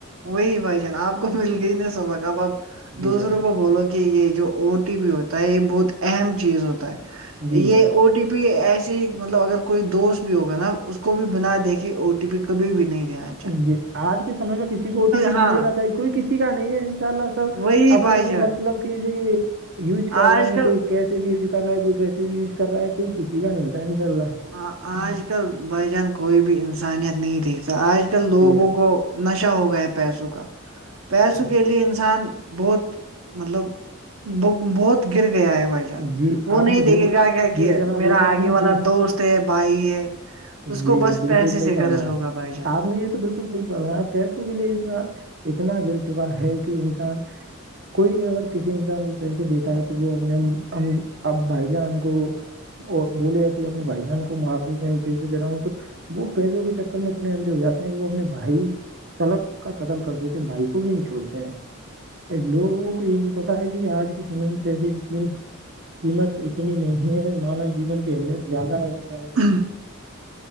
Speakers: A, on the right; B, on the right.
A: وہی بھائی جان آپ کو مل گئی ن سبق اب آپ
B: جی
A: دوسروں
B: جناب
A: کو بولو گے کہ یہ جو او ٹی پی ہوتا ہے یہ بہت اہم چیز ہوتا ہے
B: جی
A: یہ
B: جناب
A: او ٹی پی ایسی مطلب اگر کوئی دوست بھی ہوگا نا اس کو بھی بنا دیکھے او ٹی پی کبھی بھی نہیں دا
B: ج آج کے سمے میں کسی کو او ٹی پی
A: ہاں
B: نہیں دینا چاہیے کوئی کسی ک کا نہیں ہے ان شاء اللہ سب
A: وہی
B: اپنے
A: بھائی
B: اپنے
A: جان
B: مطلب کہ ج یوج کر
A: آج
B: رہے ہیں
A: کل
B: کوئی کیسے بھی یوز کر رہا ہے کوئی کیس بھی یوز کر رہا ہے کوئی کسی کا نہیں ہوتا ہے انشاء اللہ
A: ہ آج کل بائی جان کوئی بھی انسانیت نہیں دیکھتا آج کل لوگوں
B: جی جناب،
A: کو نشہ ہو گیا ہے پیسوں کا پیسوں
B: جی
A: کے لیے انسان بہت مطلب ب بہت گر گیا ہے وج
B: جی
A: وہ
B: آپ
A: نہیں
B: نے بالکل
A: دیکھے گا کیا
B: جی
A: کہ
B: جناب
A: میرا
B: یہ تو آپ
A: آگے
B: نے
A: والا
B: بل
A: دوست بھائی ہے اس
B: جی
A: کو بس
B: بالکل
A: پیسے
B: صحیح
A: سے
B: فرمایا
A: گرض ہوگا بھائی جان
B: آپ نے یہ تو بالکل صحیح فرمایا پیسوں کے لیے انسان اتنا گر چکا ہے کہ انسان کوئی بھی اگر کسی انسان کو پیسے دیتا ہے تو وہ اپنے ہم اب بھائی جان کو بولے اپنے بھائی جان کو مار دو تو پسے د رہا ہوں تو وہ پیسوں کے چکر میں اتنے اندے ہو جاتے وہ اپنے بھائی تلک کا قتل کر دیتے ہیں بھائی کو بھی نہیں چھوڑتے ہیں لوگوں کو یہ نہیں پتا ہے کہ آج کے سمے میں پیسے کی قیمت قیمت اتنی نہیں ہے مانو جیون کی اہمیت زیادہ ہے ان سارا
A: ہاں